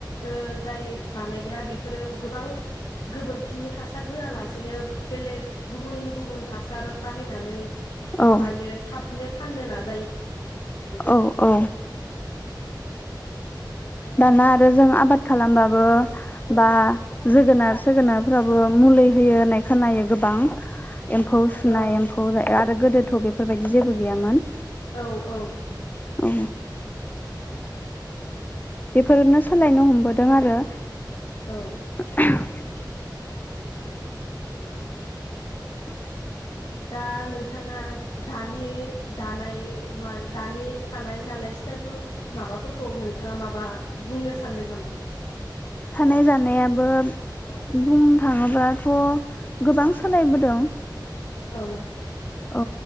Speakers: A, on the left; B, on the left.
A: ओ जाय बानायग्रा बेफोरो गोबां गोबोरखिनि हासार होआलासेनो बेलेग गुबुन गुबुन हासार बाहायनानै
B: औ
A: माबायो थाबनो फाननो नाज
B: औ औ। दाना आरो जों आबाद खालामबाबो बा जोगोनार सोगोनारफ्रावबो मुलि होयो होननाय खोनायो गोबां। एम्फौ सुनाय
A: औ
B: एम्फौ जायो आरो गोदोथ' बेफोरबायदि जेबो गैयामोन।
A: औ औ
B: औ बेफोरनो सोलायनो हमबोदों आरो
A: औ
B: <unintelligible> <inaudible>
A: दा नोंथाङा दानि जा नाय मानो दानि थानाय जानाय स्टाइल फोर माबाफोरखौ नोंथाङा माबा बुंनो सानदों नामा?
B: थानाय जानायाबो बुंनो थाङोब्लाथ' गोबां सोलायबोदों।
A: औ उ
B: औ